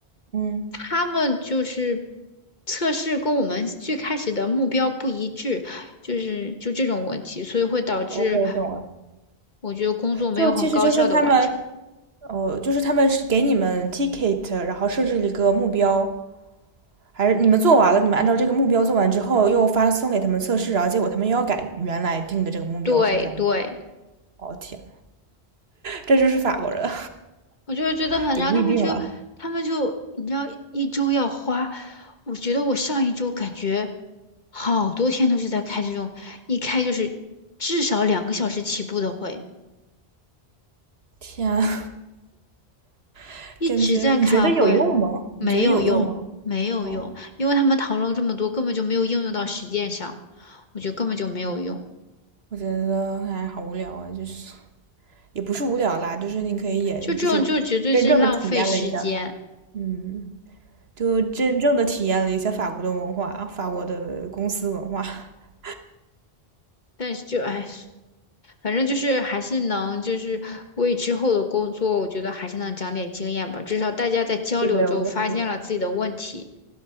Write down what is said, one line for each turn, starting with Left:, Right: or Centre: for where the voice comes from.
Right: 嗯
Left: 他们就是测试跟我们最开始的目标不一致，就是就这种问题，所以会导致
Right: ，OK，懂了。
Left: 我觉得工作没有很高效的完成。
Right: 就其实就是他们哦，就是他们是给你们 ticket，然后设置一个目标，还是你们做完了，你们按照这个目标做完之后，又发送给他们测试，然后结果他们又要改原来定的这个目标，
Left: 对对。
Right: 是这样？哦天，这就是法国人，
Left: 我就是觉得很，
Right: <laughs> 也不一定了。
Left: 然后他们就，他们就，你知道，一周要花，我觉得我上一周感觉好多天都是在开这种，一开就是至少两个小时起步的会，
Right: 天啊 <laughs>
Left: 一直在开会，
Right: 感觉你觉得有用吗？
Left: 没有用，
Right: 你觉得有用吗？
Left: 没有用，
Right: 哦，
Left: 因为他们讨论了这么多，根本就没有应用到实践上，我觉得根本就没有用，
Right: 我觉得哎，好无聊啊，就是也不是无聊啦，就是你可以也就是真正的体验了一下。
Left: 就这种就绝对是浪费时间，
Right: 嗯，就真正的体验了一下法国的文化，法国的公司文化。<laughs>
Left: 但是就哎。反正就是还是能，就是为之后的工作，我觉得还是能长点经验吧。至少大家在交流中发现了自己的问题，
Right: 对对，我觉得肯定的，